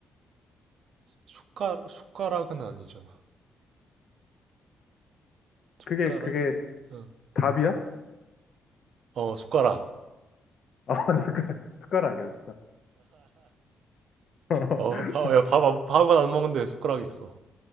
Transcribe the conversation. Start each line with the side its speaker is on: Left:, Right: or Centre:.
Right: 숟가락, 숟가락은 아니잖아. 숟가락,
Left: 그게, 그게
Right: 어,
Left: 답이야?
Right: 어, 숟가락.
Left: 아, <laughs> 숟가락, 숟가락이야, 숟가락. <laughs>
Right: 어, 밥, 야, 밥, 안- 밥은 안 먹는데 숟가락이 있어?